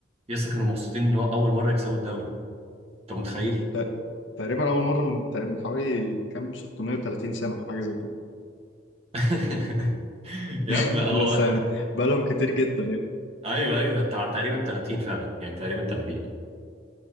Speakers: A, on the right (about 35°); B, on the left (about 80°).
A: يسا كانوا مبسوطين ان هو اول مره يكسبوا الدوري انت متخيل
B: ت- تقريبا اول مره من تقريباً من حوالي كام 630 سنه او حاجه زي كده
A: <laughs> يا
B: <laughs>
A: عم هو
B: يس يعني بقالهم كتير جدا يعني
A: <laughs> ايوه ايوه بتاع تقريبا 30 فعلا يعني تقريبا 30